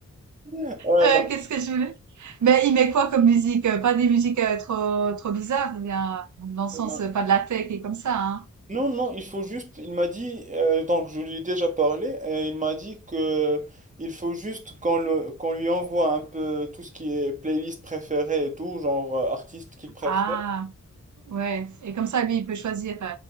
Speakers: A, on the right; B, on the right.
A: <laughs> Ouais,
B: Heu,
A: donc,
B: qu'est-ce que je voulais? Mais il met quoi comme musique? Heu, pas des musiques, heu, trop trop bizarres, eh bien, dans le sens,
A: euh,
B: heu, pas de la tech et comme ça, hein?
A: Non, non, il faut juste, il m'a dit, euh, donc je lui ai déjà parlé, et il m'a dit que il faut juste qu'on le, qu'on lui envoie un peu tout ce qui est playlist préférée et tout, genre euh, artiste qu'il préfère.
B: Ah! Ouais et comme ça, lui, il peut choisir, heu,